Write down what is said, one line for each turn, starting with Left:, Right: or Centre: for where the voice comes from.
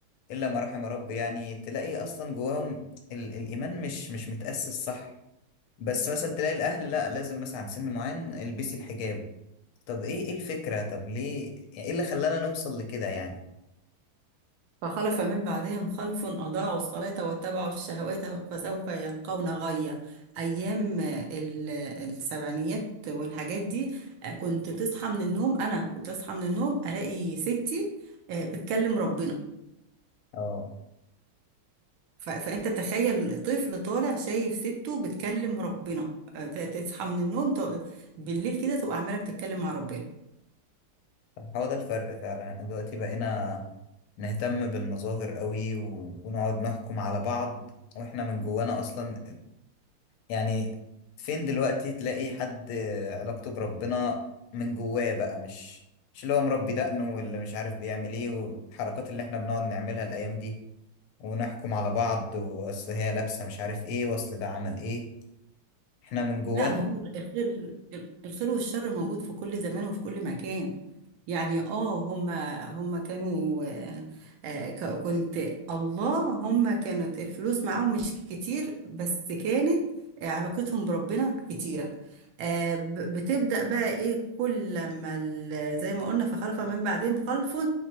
Left: إلا ما رحم ربي يعني تلاقي أصلا جواهم ال الإيمان مش مش متأسس صح بس مثلا تلاقي الأهل لا لازم مثلا عند سن معين البسي الحجاب طب إيه إيه الفكرة طب ليه يعني إيه اللي خلانا نوصل لكده يعني
Right: فخلف من بعدهم خلف أضاعوا الصلاة واتبعوا الشهوات فسوف يلقون غيا أيام ال- السبعينيات والحاجات دي آه، كنت تصحى من النوم أنا كنت أصحى من النوم ألاقي ستي آه، بتكلم ربنا
Left: اه
Right: ف- فأنت تخيل طفل طالع شايف سته بتكلم ربنا آه، ت- تصحى من النوم تق- بالليل كده تبقى عمالة بتتكلم مع ربنا
Left: هو ده الفرق فعلا احنا دلوقتي بقينا نهتم بالمظاهر قوي و- ونقعد نحكم على بعض واحنا من جوانا أصلا يعني فين دلوقتي تلاقي حد علاقته بربنا من جواه بقى مش مش اللي هو مربي دقنه واللي مش عارف بيعمل ايه والحركات اللي احنا بنقعد نعملها الايام دي ونحكم على بعض واصل هي لابسه مش عارف ايه واصل ده عمل ايه احنا من جوانا
Right: لا ما هو الخير الخير والشر موجود في كل زمان وفي كل مكان يعني اه هما هما كانوا آه، آه، ك- كنت الله هما كانت الفلوس معاهم مش كتير بس كانت آه، علاقتهم بربنا كتيرة آه، ب- بتبدأ بقى ايه كل لما ال- زي ما قلنا فخلف من بعدهم خلف